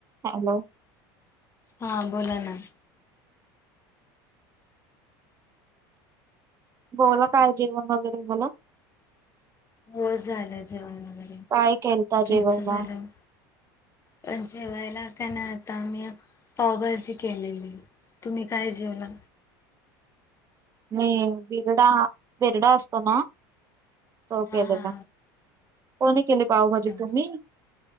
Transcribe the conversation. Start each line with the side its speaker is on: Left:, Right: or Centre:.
Right: Hello
Left: हां बोला ना
Right: बोला काय जेवण वगैरे झालं
Left: हो झालं जेवण वगैरे
Right: काय केलता जेवायला
Left: तुमच झालं पण जेवायला का ना आता मी पावभाजी केलेली. तुम्ही काय जेवला?
Right: मी विरडा विरडा असतो ना? तो केलेला
Left: हा हा
Right: कोणी केले पावभाजी
Left: अच्छा
Right: तुम्ही